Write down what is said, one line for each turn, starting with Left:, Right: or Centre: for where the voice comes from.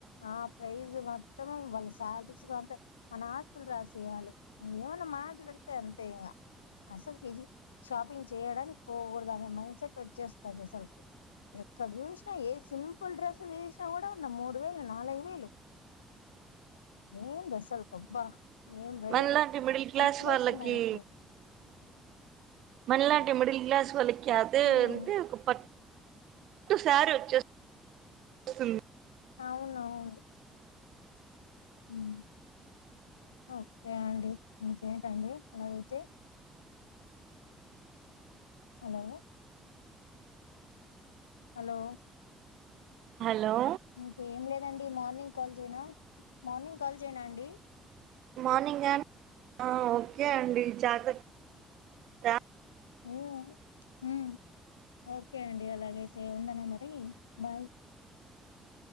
Left: ఆ ప్రైజ్ మొత్తం వాళ్ళ శాలరీస్ అంత మన ఆస్తులు రాసేయవాలి ను ఏమన్నా మాట్లాడ సరితేంగ అసలుకేజీ షాపింగ్ చేయడానికి పోకూడదు అనే మైండ్ సెట్ వచ్చేస్తది అసలుకి ఎక్కడ చూసినా ఏ సింపుల్ డ్రెస్సులు వెసినా కూడా ఉన్న మూడు వేలు, నాలుగు వేలు ఏంది అసల్కి అబ్బా ఏం రేట్లు
Right: మనలాంటి మిడిల్ క్లాస్
Left: చంపేస్తున్నారు
Right: వాళ్ళకి
Left: అట్లే
Right: మలాంటి మిడిల్ గ్లాస్ వలికెదు
Left: హ్మ్.
Right: అంటే కుప్ప ఒకసారి వచ్చే వస్తుంది
Left: అవునవును మ్ ఓకే అండి ఇంకేంటండి లాంచి హలో హలో
Right: హలో
Left: ఇంకేం లేదండి మార్నింగ్ కాల్ చేయనా, మార్నింగ్ కాల్ చేయనా అండి?
Right: మార్నింగ ఆ ఓకే అండి జాత ద
Left: ఉమ్ హ ఓకే అండి అలాగైతే ఉండనా మరి బాయ్